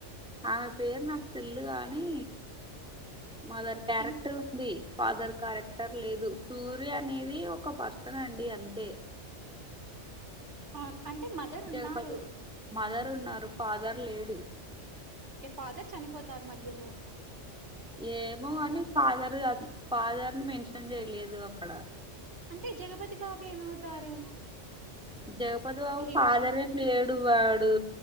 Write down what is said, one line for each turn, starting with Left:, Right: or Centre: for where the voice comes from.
Centre: ఆమె పేరు నాకు తెల్దు కాని మదర్ కారెక్టర్
Right: ఇం
Centre: ఉంది ఫాదర్ కారెక్ క్టర్ లేదు సూర్య అనేది ఒక పర్సన్ అండి అంతే
Right: అవున్ అంటే మదర్ ఉన్నారు
Centre: జగపతి మదర్ ఉన్నారు ఫాదర్ లేడు
Right: ఓకే ఫాదర్ చనిపోతారు మధ్యలో
Centre: ఏమో
Right: అవునా
Centre: అని ఫాదరు ఫాదర్ న్ మెన్షన్ చేయ్లేదు అక్కడ
Right: అంటే జగపతి బాబు ఏమవుతారు?
Centre: జగపతి బాబు
Right: హీరోకి
Centre: ఫాదరేం లేద్ డు వాడు